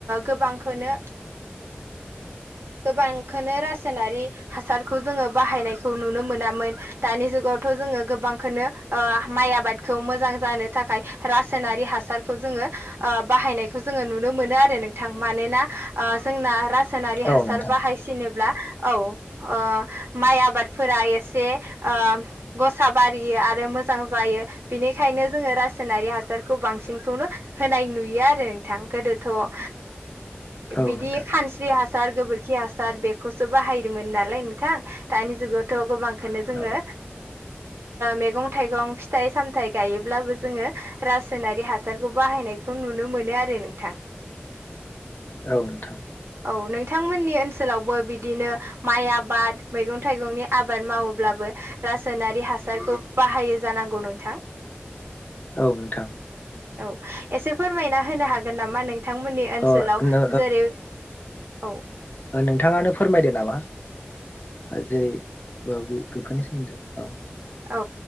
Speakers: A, on the right; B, on the left.
A: गोबांखौनो गोबांखौनो रासायनारि हासारखौ जोङो बाहायनायखौ नुनो मोनामोन दानि जुगाव जोङो गोबांखौनो माइ आबादखौ मोजां जानो थाखाय रासायनारि हासारखौ जोङो ओ बाहायनायखौ जोङो नुनो मोनो आरो नोंथां मानोना जोंना राज सोनारि
B: औ
A: हासार
B: नोंथां
A: बाहायसिनोब्ला औ। ओ माइ आबादफोरा एसे ओ गसा बारियो आरो मोजां जायो। बेनिखायनो जोङो रासायनारि हासारखौ बांसिनखौनो होनाय नुयो आरो नोंथां गोदोथ' ओ
B: औ
A: बिदि
B: नोंथां
A: खानस्रि हासार गोबोर - खि हासार बेखौसो बाहायदोंमोन नालाय नोंथां दानि जुगावथ' गोबांखौनो जोङो
B: औ
A: मैगं -थाइगं, फिथाइ -सामथाय गायोब्लाबो जोङो रासायनारि हासारखौ बाहाय नायखौ नुनो मोनो आरो नोंथां।
B: औ नोंथां।
A: औ नोंथांमोन मोन्नि ओनसोलावबो बिदिनो माइ आबाद मैगं थाइगंनि आबाद मावोब्लाबो रासोन नारि हासारखौ बाहायो जानांगौ नोंथां।
B: औ नोंथां।
A: औ एसे फोरमायना होनो हागोन नामा नों थांमोननि ओनसोलाव
B: अ नो
A: जेरै औ।
B: ओ नोंथाङानो फोरमायदो नामा ओ जेरै बे-बे- बेफोरनि सोमोन्द दै औ।
A: औ